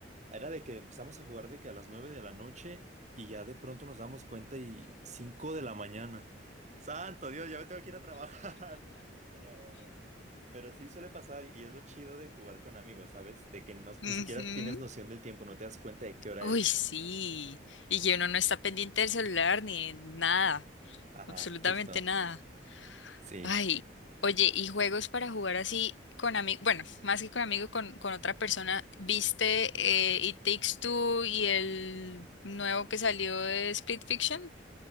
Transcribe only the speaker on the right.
era de que empezamos a jugar de que a las 9 de la noche y ya de pronto nos damos cuenta y 5 de la mañana. Santo Dios, ya me tengo que ir a trabajar. <laughs> Pero, pero sí suele pasar y es lo chido de jugar con amigos, ¿sabes? De que no, ni
siquiera tienes noción del tiempo, no te das cuenta de qué hora
es.
Ajá,
justo.
Sí.